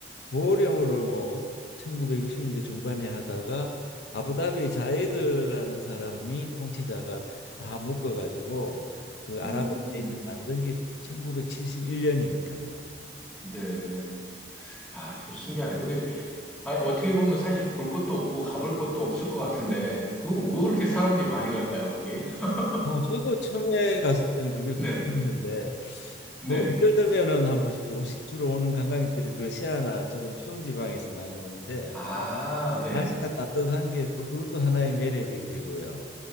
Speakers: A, on the left (about 80°); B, in the centre.
A: 보령으로 뭐 1960년대 중반에 하다가 아부다비 자이드라는 사람이 통치자가 다 묶어가지고 그 아랍에미레이트를
B: 음,
A: 만든 게 1971년이니까요.
B: 네. 야, 좀 신기하네. 근데, 아니, 어떻게 보면 사실 볼 것도 없고 가볼 것도 없을 것 같은데, 그거 왜 그렇게 사람들이 많이 갈까요, 거기? <laughs>
A: 아, 저도 처음에 갔을 때는 그게 궁금했는데
B: 네, 네.
A: 뭐 예를 들면은 한번 보십시오. 오시- 주로 오는 관광객들이 러시아나 저런 추운 지방에서 많이 오는데
B: 아, 네.
A: 날씨가 따뜻한 게 또 그것도 하나의 매력이 되고요.